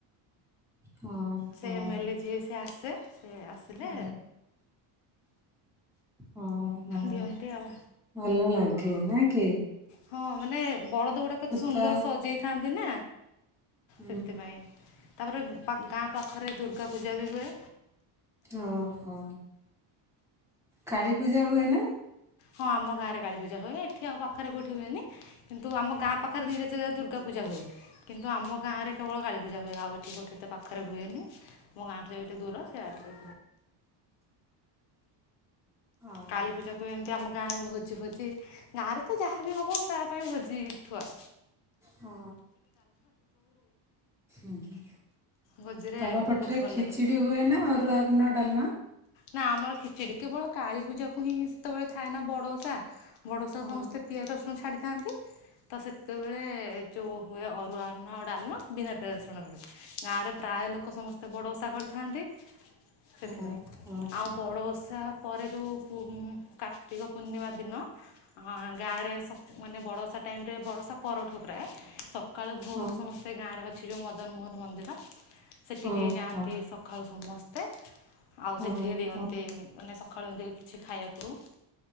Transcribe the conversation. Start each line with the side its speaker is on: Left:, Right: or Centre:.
Centre: ହଁ
Left: ସେ
Centre: ହଁ।
Left: ଏମେ୍ଲେ ଯିଏ ସିଏ ଆସେ ସେ ଆସିଲେ
Centre: ହଁ ହଁ ହଁ
Left: ଦିଅନ୍ତି ଆଉ।
Centre: ଭଲ ଲାଗେ ନାଇ କେ
Left: ହଁ ମାନେ ବଳଦଗୁଡା କେତେ ସୁନ୍ଦର
Centre: ତ
Left: ସଜେଇଥାନ୍ତି। ବିିନା
Centre: ହୁଁ
Left: ସେଥି ପାଇଁ ତାପରେ ଗାଁ ପାଖରେ ଦୁର୍ଗା ପୂଜା ବି ହୁଏ।
Centre: ଓହୋ କାଳୀ ପୂଜା ହୁଏ ନା?
Left: ହଁ ଆମ ଗାଁରେ କାୀପୂଜା ହୁଏ। ଏଠି ଆଉ ପାଖରେ କୋଉଠି ହୁଏନି। କିନ୍ତୁ ଆମ ଗାଁ ପାଖ ବା ନିଇଟ ଜାଗାରେ <unintelligible> ଦୁଗା ପୂଜା ହଏ। କିନ୍ତୁ ଆମ ଗାଁରେ କେବଳ କାଳିପୂଜା ହୁଏ। ଆଉ ଏଠି ଏଠି ତ ପାଖରେ ହୁଏନି। ଆମ ଗାଁ ଠୁ କେତେ ଦୂର ସେ ଆଡ
Centre: ଆଉ
Left: କାଳୀ ପୂଜାକୁ ଏମିତି ଆମ ଗାଁ ରେ ଭୋଜି ଫୋଜି ଗାଁ ରେ ତ ଯାହା ବି ହବ ତା ପାଇଁ ଭୋଜିଥୁଆ।
Centre: ହଁ ଅ
Left: ଭୋଜିରେ
Centre: ତମ ପଟରେ
Left: ବହୁତ ଭଲ
Centre: ଖିଚୁଡି
Left: ଲାଗେ
Centre: ହୁଏନା ଅରୁୁଆ ଅର୍ଣ୍ଣ ଡାଲମା।
Left: ନା ଆମର ଖିଚୁଡି କେବଳ କାଳୀ ପୂଜା କ ହିଁ ସେତେବେଳେ ଥାଏ ନା ବଡଓଷା ବଡ଼ଶ
Centre: ହଁ
Left: ସମସ୍ତେ ପିଆ ରସୁ ଛାଡ଼ି କାକୁ। ତ ସେତେବେଳେ ଚଉ ହୁଏ ଅରୁଆ ଅରୁଆ ଅନ୍ନ ଡାଲମା ବିନା ପିଆଜରସୁଣ ରେ ହୁଏ। ଗାଁରେ ପ୍ରାୟ ଲୋକ ସମସ୍ତେ ବଡ଼ ଓଷା କରିଥାନ୍ତି। ସେଥିପାଇଁ
Centre: ହୁଁ।
Left: ଆଉ ବଡ ଦଷା ପରେ ଯେଉଁ କାର୍ତ୍ତିକ ପୂର୍ଣ୍ଣିମା ଦିନ। ହଁ ଗାଁ ରେ ସ୍ ମାନେ ବଡ଼ଷା ଟାଇମ୍ରେ ବଡ଼ଷା ପରଠୁ ପ୍ରାୟ ସକାଳୁ ଭୋରୁ
Centre: ହଁ
Left: ସମସ୍ତେ ଗାଁରେ ସେଛ ମା <unintelligible> ମଦନମୋହନ ମନ୍ଦିର ସେଠିକି
Centre: ହଁ
Left: ଯାଆନ୍ତି ସକାଳୁ ସମସ୍ତେ। ସ୍ତେ ଆଉ
Centre: ହଁ
Left: ସେଠି ଦିଅନ୍ତି
Centre: ହଁ ହଁ
Left: ମାନେ ସ ଖେଳନ୍ତି କିଛି ଖାଇବାକୁ।